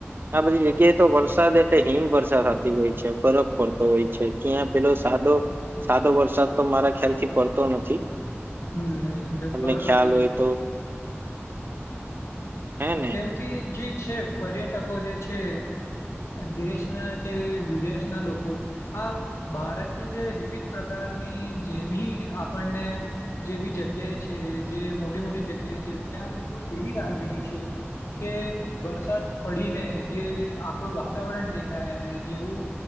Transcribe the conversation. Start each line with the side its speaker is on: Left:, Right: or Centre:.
Right: આ બધી જગ્યાએ તો વરસાદ એટલે હિમવર્ષા થતી હોય છે બરફ પડતો હોય છે ત્યાં પેલો સાદો સાદો વરસાદ તો મારા ખ્યાલ થી પડતો નથી.
Left: હમ, નહી
Right: તમને
Left: બરોબર
Right: ખ્યાલ
Left: કીધું.
Right: હોય તો. હે ને
Left: કેમ કે જે. છે પર્યટકો જે છે દેશના કે વિદેશના લોકો આ ભારતની જે વિવિધ પ્રકારની જે બી આપણને જે બી જગ્યા જગ્યાએ છે જે મોટી મોટી જગ્યાએ છે ત્યાં લોકો એવી રાહ જોઈ છે. કે વરસાદ પડીને જે આપણું વાતાવરણ દેખાય ને જેવું